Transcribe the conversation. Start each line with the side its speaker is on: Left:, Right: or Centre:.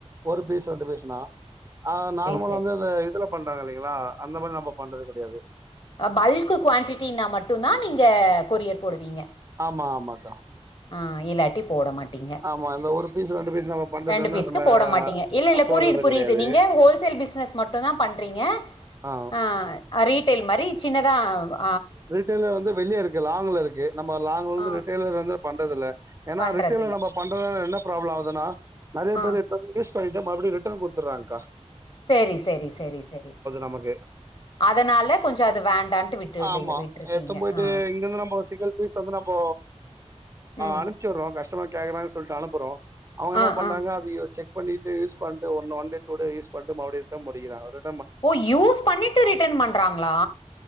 Right: ஒரு பீஸ் ரெண்டு பீஸ்னா ஆஹ் நார்மல
Left: சேரி
Right: வந்து இது இதுல பண்றாங்க இல்லைங்களா அந்த மாரி நம்ம பண்றது கெடயாது
Left: பல்க் குவான்டிட்டினா மட்டுந்தா நீங்க கொரியர் போடுவீங்க
Right: ஆமா ஆமாக்கா
Left: ஆஹ இல்லாட்டி போடமாட்டீங்க
Right: ஆமா அந்த ஒரு பீஸ் ரெண்டு பீஸ் நம்ம பண்றது
Left: ரெண்டு
Right: வந்து
Left: பீஸ்கு
Right: நம்ம
Left: போடமாட்டீங்க இல்ல இல்ல
Right: போடுறது
Left: புரியுது புரியுது
Right: கெடையாது
Left: நீங்க ஹோல்சேல் பிஸ்னஸ் மட்டுந்தா பண்றீங்க
Right: ஆ
Left: ஹ ரீடெய்ல் மாரி சின்ன தா
Right: ரீட்டெயிலா வந்து வெளியே இருக்கு லாங்க்ல இருக்கு நம்ம லாங்க்ல இருந்து
Left: ஆ
Right: ரிட்டெயிலர் வந்து பண்றதுல ஏன்னா
Left: பண்றதில்ல
Right: ரிட்டெயில நம்ம பண்றதால என்ன ப்ராப்ளம் ஆகுதுன்னா நெறைய
Left: ஆ
Right: பேரு <unintelligible> பண்ணிட்டு மறுபடியு ரிட்டன் குத்துறாங்க்கா
Left: செரி செரி செரி செரி
Right: நமக்கு
Left: அதனால கொஞ்ச அது வேண்டான்ட்டு விட்டு
Right: ஆமா
Left: விட்ருக்கீங்க
Right: நேத்து போயிட்டு
Left: ஆ
Right: இங்கந்து நம்ம சிங்கிள் பீஸ் வந்து நம்ம
Left: ம்
Right: அனுப்ச்சிவுட்றோம் கஷ்டமர் கேக் குறாங்க சொல்ட்டு அனுப்புறோ அவுங்க
Left: ஆ
Right: என்ன பண்றாங்க
Left: ஆ
Right: அது செக் பண்ணிட்டு யூஸ் பண்ட்டு one one day today use பண்ட்டு மறுபடியு ரிட்டன் போட்டுக்கிறாங்க
Left: ஓ யூஸ் பண்ணிட்டு ரிட்டன் பண்றாங்களா